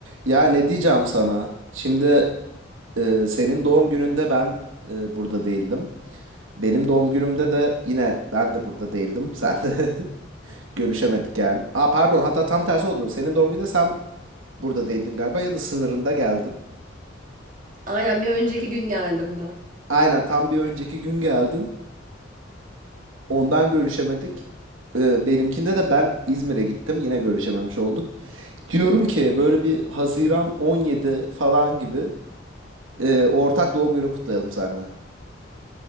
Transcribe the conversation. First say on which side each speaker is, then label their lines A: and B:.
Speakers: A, on the right; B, on the right.
A: Ya ne diyeceğim sana? Şimdi e, senin doğum gününde ben e, burada değildim. Benim doğum günümde de yine ben de burada değildim. Sen de <laughs> görüşemedik yani. Aa pardon hatta tam tersi oldu. Senin doğum gününde sen burada değildin galiba ya da sınırında geldin.
B: Aynen bir önceki gün geldim ben.
A: Aynen tam bir önceki gün geldin. Ondan görüşemedik. E, benimkinde de ben İzmir'e gittim. Yine görüşememiş olduk. Diyorum ki böyle bir Haziran 17 falan gibi e, ortak doğum günü kutlayalım seninle.